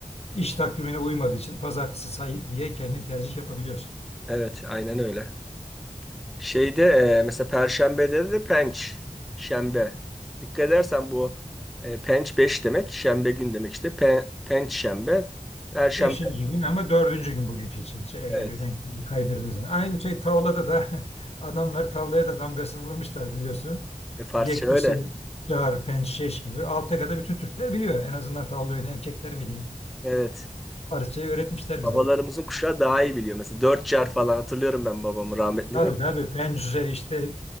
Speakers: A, on the left; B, in the centre.
A: iş takvimine uymadığı için pazartesi say diye kendin tercih yapabiliyorsun.
B: Evet, aynen öyle. Şeyde e, mesela Perşembe'de de penç, şembe. Dikkat edersen bu e, penç 5 demek, şembe gün demek işte. Pe, penç şembe, Perşembe
A: Beşinci gün ama dördüncü gün bugünkü için şeye
B: evet.
A: geliyor denk geliyor, kaydırdığınız zaman. Aynı şey tavlada da <laughs> adamlar tavlaya da damgasını vurmuşlar biliyorsun.
B: E, Farsça
A: Yekdüse,
B: öyle.
A: Çağır, Pençeş gibi Alteka'da bütün Türkler biliyor. En azından tavla oyunu erkekler mi diyeyim.
B: Evet.
A: Parçayı öğretmişler
B: Babalarımızın
A: bize.
B: kuşağı daha iyi biliyor. Mesela dört car falan hatırlıyorum ben babamı rahmetlinin.
A: Tabii tabii
B: <laughs>
A: Pencüse işte